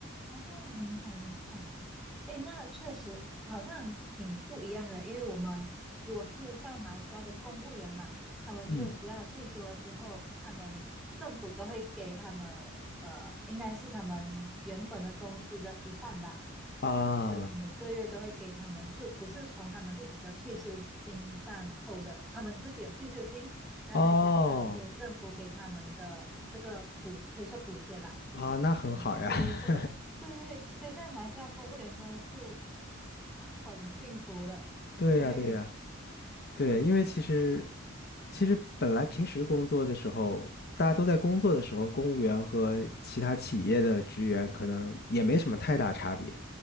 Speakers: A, in the centre; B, on the left (about 50°).
A: 哦，明白明白。诶，那确实好像挺不一样的，因为我们如果是在马来西亚的公务员嘛，他们就只要退休了之后，
B: 嗯
A: 他们政府都会给他们呃，应该是他们原本的工资的一半吧，
B: 啊，
A: 就每个月都会给他们，就不是从他们自己的退休金上扣的，他们自己有退休金，然后再加上一些政府给他们的这个补，
B: 哦
A: 可以说补贴吧，
B: 啊，那很好呀。
A: 对，所以所以。
B: <laughs>
A: 对对，所以在马来西亚，公务员真的是很幸福的，
B: 对呀，
A: 对，
B: 对呀。对，因为其实其实本来平时工作的时候，大家都在工作的时候，公务员和其他企业的职员可能也没什么太大差别。